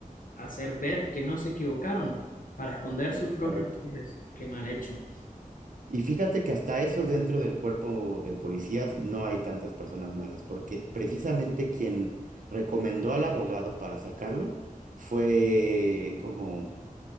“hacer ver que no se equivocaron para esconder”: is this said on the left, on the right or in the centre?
Left